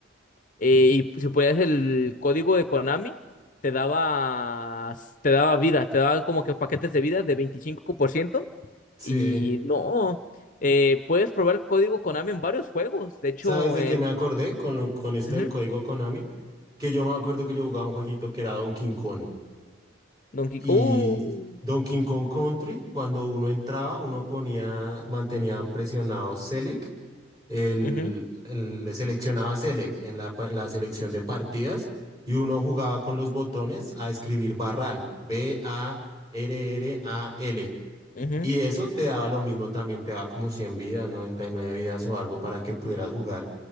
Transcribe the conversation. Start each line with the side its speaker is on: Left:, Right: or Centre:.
Left: eh, y si ponías el código de Konami, te daba, te daba vida, te daba como que paquetes de vida de veinticinco por ciento
Right: sí.
Left: Y no, eh, puedes probar el código Konami en varios juegos. De hecho,
Right: ¿Sabes de
Left: en
Right: qué me acordé con, lo- con esto
Left: ujú,
Right: del código Konami? Que yo me acuerdo que yo jugaba un jueguito que era Donkey Kong.
Left: Donkey
Right: Y
Left: Kong.
Right: Donkey Kong Country, cuando uno entraba, uno ponía, mantenía presionado Select, el,
Left: Uh, ujú,
Right: el- le seleccionaba Select en la, pa- en la selección de partidas y uno jugaba con los botones a escribir barral, B-A-R-R-A-L.
Left: ujú.
Right: Y eso te daba lo mismo, también te daba como 100 vidas, 99 vidas o algo para que pudieras jugar